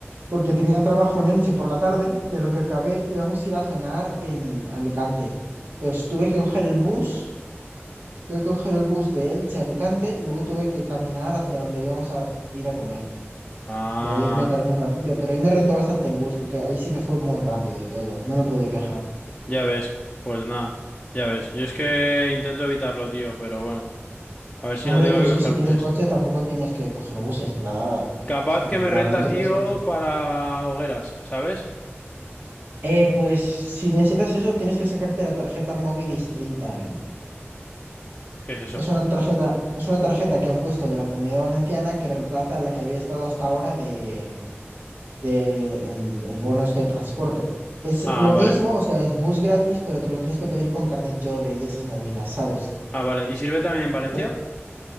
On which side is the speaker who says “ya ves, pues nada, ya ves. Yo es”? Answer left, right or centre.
Left